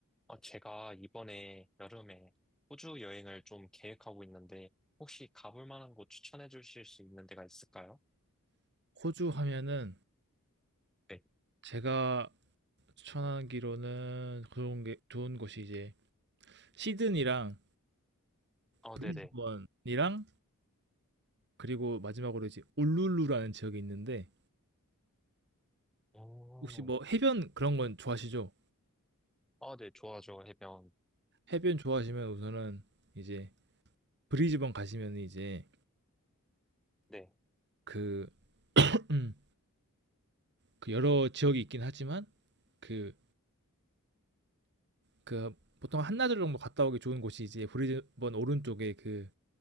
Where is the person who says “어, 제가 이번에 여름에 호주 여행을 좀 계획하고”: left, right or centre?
Centre